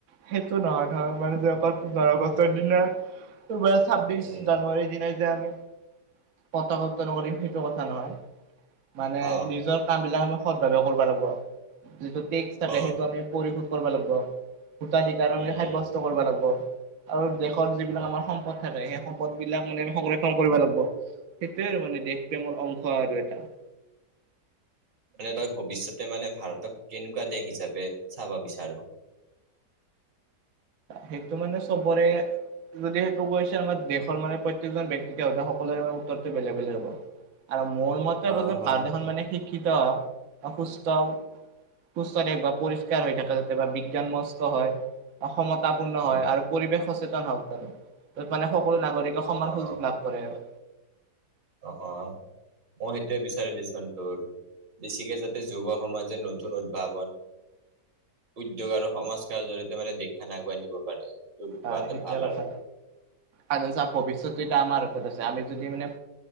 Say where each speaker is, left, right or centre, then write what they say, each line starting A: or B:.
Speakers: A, on the right (about 55°); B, on the right (about 85°).
A: সেইটো নহয় নয় মানে যে অকল পোন্ধৰ আগষ্টৰ দিনা <unintelligible> ছাব্বিছ
B: উম
A: জানুৱাৰীৰ দিনাই যে আমি, পতকা উত্তন কৰিম সেইটো কথা নহয় মানে
B: অ
A: নিজৰ কাম বিলাক আ ভাৱে কৰিব লাগিব যিটোক <unintelligible>
B: অ
A: সেইটো আমি পঢ়িশোধ কৰিব লাগিব। গূটাাধিকাৰ
B: উম
A: আমি
B: উম
A: সাব্যস্ত কৰিব লাগিব। আৰু দেশত যিবিলাক
B: অ
A: আমাৰ সম্পদ থাকে সেই, সম্পদ বিলাক মানে সংৰক্ষণ কৰিব লাগিব সেইটোয়ে আৰু মানে দেশ প্ৰেমৰ অংশ আৰু এটা। <inaudible>
B: মানে তই ভৱিষ্যতে মানে ভাৰতক কেনেকুৱা দেশ হিচাপে চাব বিচাৰ?
A: সেইটো মানে চবৰে যদি সেইটো কৈছে আমাৰ দেশৰ মানে পপ্ৰতেইকজন ব্যক্তিকে স সকলোৰে উত্তৰটো বেলেগ বেলেগ হ'ব। আৰু মোৰ মতে
B: অ
A: ভাৰত
B: হয়
A: এখন মানে শিক্ষিত হওক বা সুস্থ হওক, সুস্থ থক বা পৰিষ্কাৰ হৈ থাকে যাতো বিজ্ঞান মস্ক হয়, অসমতাাপূৰ্ণ হয়
B: উম
A: আৰু পৰিৱেশ সচেতন হওক আৰু। ত মানে সকলো নাগৰিকে
B: অ
A: সমান
B: অ
A: সুযোগ লাভ কৰে আৰু।
B: অ অ মই সেইটয়ে বিচাৰি দিচোন তোৰ, বেছিকৈ যাতে যুৱ সমাজে নতুন উদ্ভাৱন উদ্যোগ আৰু সমাজ সৰ জৰিয়িয়তে মানে দেখান আগুৱাই নিব পাৰে। সেইটো
A: হয়
B: হোৱাটো
A: সেইটোয়ে
B: ভাল
A: কথা
B: আৰু
A: আ ভৱিষ্যত এতিয়া আমাৰ আ আমি যদি মানে